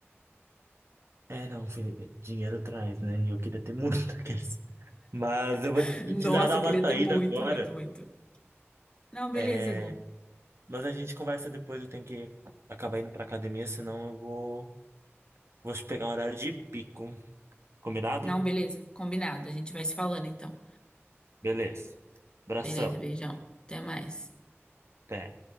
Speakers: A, on the right; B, on the left.
A: é, não, Felipe, dinheiro traz, né? E Eu queria ter muito <laughs> daqueles. Mas eu vou
B: <laughs>
A: precisar
B: Nossa,
A: dar
B: eu
A: uma
B: queria
A: saída
B: ter muito,
A: agora.
B: muito, muito. Não, beleza,
A: É,
B: Gu.
A: Mas a gente conversa depois, eu tenho que acabar indo pra academia, senão eu vou, vou pegar um horário de pico. Combinado?
B: Não, beleza. Combinado. A gente vai se falando então.
A: Beleza. Abração.
B: Beleza, beijão. Até mais.
A: Até.